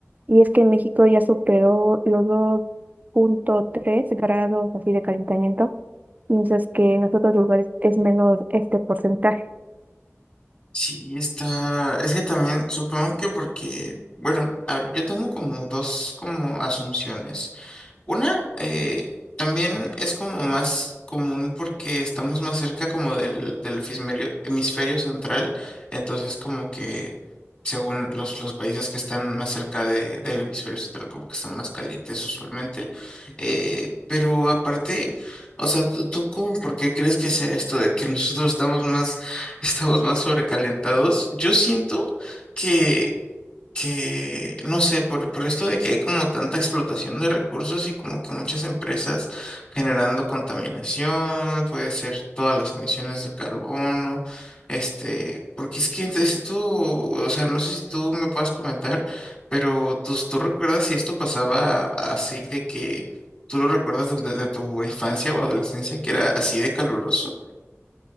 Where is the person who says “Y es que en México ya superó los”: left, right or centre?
Right